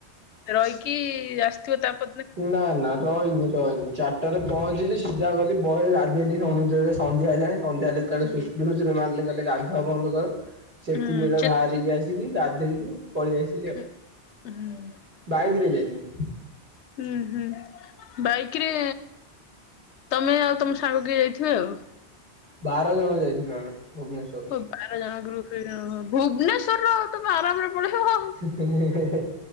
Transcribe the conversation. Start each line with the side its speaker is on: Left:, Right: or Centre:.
Left: ରଇକି ଆସିଥିବ ତାପ
Right: ନା ନା। ରହିନି ରହିନି ଚାରିଟାରେ ପହଞ୍ଚିଲି ସିଧା ଗଲି ବହେ ଗାଧେଇଲି ସମୁଦ୍ରରେ ସନ୍ଧ୍ୟା ଯାଏଁ। ସନ୍ଧ୍ୟା ଯେତେବେଳେ
Left: ହୁଁ
Right: ସୁୁସୁରି ଫୁସୁରୀ ମାରିଲେ କହିଲେ ଗାଧୁଆ ବନ୍ଦ କର ସେତିକି
Left: ହୁଁ
Right: ବଳେ
Left: ସେ
Right: ବାହାରିକି ଆସି କି ଗାଧେଇକି ପଳେଇ ଆସିି
Left: ଉଁ ହୁଁ।
Right: ବାଇକ୍ ରେ ଯାଇଥିଲୁ।
Left: ହୁଁ ହୁଁ ବାଇକ୍ ରେ ତମେ ଆଉ ତମ ସାଙ୍ଗ କି ଯାଇଥିବେ ଆଉ।
Right: ବାର ଜଣ ଯାଇଥିଲୁ ଆମେ ଭୁବନେଶ୍ଵର।
Left: ଓ ବାର ଜଣ ଗ୍ରୁପ ଟେ ଯାଣ ଭୁବନେଶ୍ଵର ତମେ ଆରାମରେ ପଳେଇବ ଆଉ।
Right: ହ